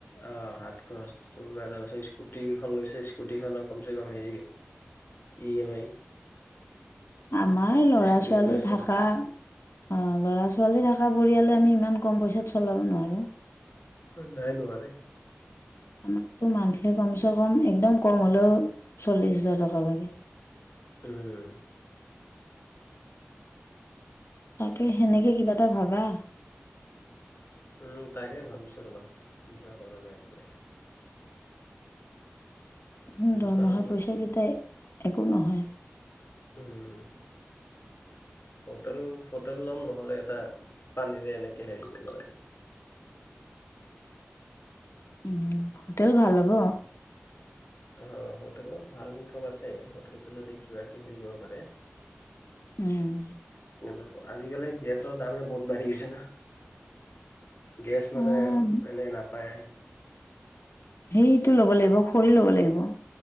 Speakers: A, on the left (about 60°); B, on the left (about 80°).
A: অ', হাত খৰচ <unintelligible> স্কুটিকেইখন লৈছে স্কুটি খনৰ কমচেকম হেৰি ই - এম - আই
B: আমাৰ ল'ৰা,
A: স্কুটিখন
B: ছোৱালী
A: ইনষ্টলমেণ্ট
B: থাকা অ', ল'ৰা, ছোৱালী থকা পৰিয়ালে আমি ইমান ক'ম পইচাত চলাব নোৱাৰোঁ।
A: অ', নাই নোৱাৰে।
B: আমাকতো মান্থলি ক'মচে ক'ম একদম ক'ম হ'লেও চল্লিশ হাজাৰ টকা লাগে।
A: উম উম।
B: তাকে সেনেকে কিবা এটা ভাবা।
A: উম তাকে ভাবিছো ৰ'বা, কিবা কৰা যায় এতিয়া।
B: উম
A: দোকান
B: দৰমহাৰ পইচা কেতাই, একো নহয়।
A: উম। হোটেল হোটেল লম নহ'লে এটা পানীৰে এনেকে হেৰি কৰিব লাগিব।
B: উম হোটেল ভাল হ'ব।
A: অ', হোটেলত ভাল ইনকাম আছে, হোটেলটোত যদি কিবা কি হেৰি কৰিব পাৰে।
B: উম।
A: কিন্তু আজিকালি গেছৰ দামে বহুত বাঢ়ি গৈছে না। গেছ মানে
B: আহ,
A: এনে নাপায়।
B: সেইটো ল'ব লাগিব, খৰি ল'ব লাগিব।